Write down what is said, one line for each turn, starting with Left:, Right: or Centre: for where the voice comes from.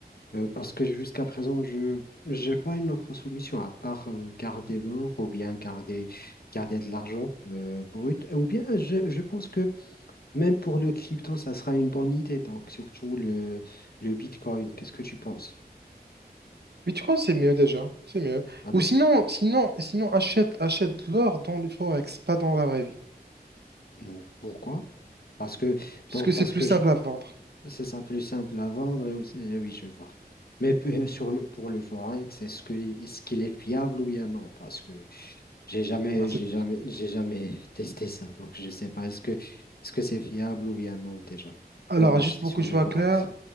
Left: Euh, parce que jusqu'à présent, je n'ai pas une autre solution à part euh, garder l'or ou bien garder, garder de l'argent euh, brut. Ou bien, je, je pense que même pour le crypto, ça sera une bonne idée. Donc, surtout le, le Bitcoin. Qu'est-ce que tu penses?
Right: Mais tu crois que c'est mieux déjà, c'est mieux.
Left: Ah
Right: Ou
Left: bon?
Right: sinon, sinon, sinon achète, achète de l'or dans les forex, pas dans la vraie vie.
Left: Mm, Pourquoi? Parce que,
Right: Parce
Left: donc,
Right: que c'est
Left: parce
Right: plus
Left: que
Right: simple
Left: je-
Right: à vendre.
Left: c'est ça plus simple à vendre. Et, aussi- eh oui, je vois. Mais p- sur le, pour le Forex, est-ce que, est-ce qu'il est fiable ou bien non? Parce que J'ai jamais,
Right: Ben, c'est
Left: j'ai jamais, j'ai jamais testé ça, donc je sais pas. Est-ce que, est-ce que c'est fiable ou bien non déjà
Right: Alors,
Left: pour l'acheter
Right: juste pour
Left: sur
Right: que je
Left: le
Right: sois
Left: Forex?
Right: clair,